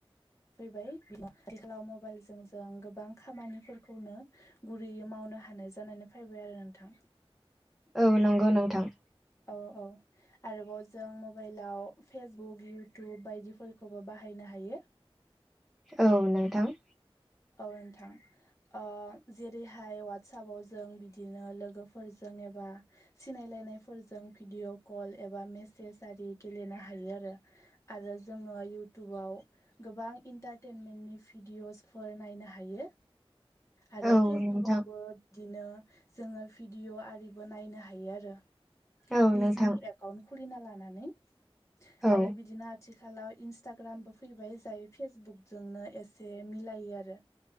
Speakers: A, on the left (about 30°); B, in the centre.
A: फैबाय आथिखालाव मबाइलजों जों गोबां खामानिफोरखौनो गुरैयै मावनो हानाय जानानै फैबाय आरो नोंथां।
B: औ नंगौ नोंथां।
A: औ औ आरोबाव जों मबाइलाव फेसबुक इउटुब बायदिफोर खौबो बाहायनो हायो।
B: औ नोंथां।
A: औ नोंथां ओं जेरैहाय वाटसाब जों बिदिनो लोगोफोरजों एबा सिनायलायनायफोरजों भिडिअ' कल एबा मेसेज आरि गेलेनो हायो आरो। आरो जोङो इयउटुबाव गोबां इन्टारटेनमेन्टनि भिडिअस फोर नायनो हायो आरो
B: औ
A: फेसबुकआवबो।
B: नोंथां
A: बिदिनो जोङो भिडिअ' आरिबो नायनो हायो आरो
B: औ
A: निजनि
B: नोंथां
A: एप एकाउन्ट खुलिना लानानै
B: औ
A: आरो बिदिनो आथिखालाव इन्सटाग्रामबो फैबाय जाय फेसबुकजोंनो एसे मिलायो आरो।